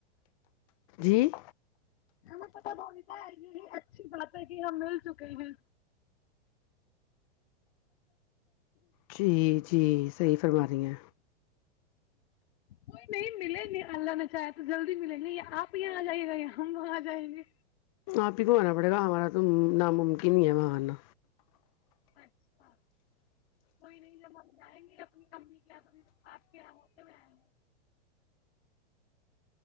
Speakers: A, on the left (about 35°); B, on the left (about 65°).
A: جی
B: ہمیں پت تو اچھی بات ہے کہ ہم مل چکے ہیں
A: جی جی صحیح فرما رہی ہیں
B: کوئی نہیں ملیں گے اللہ نے چاہ تو جلدی ملیں گے آپ یہاں آ جائیے گا یا ہم وہاں آ جائیں گے
A: آپ ہی کو آنا پڑے گا ہمارا تو ناممکن ہی ہے وہاں آنا
B: اچھا کوئی نہیں جب ہم جائیں گے اپنی امی کے یہاں تو آپ کے یہاں ہوتے میں آئ گے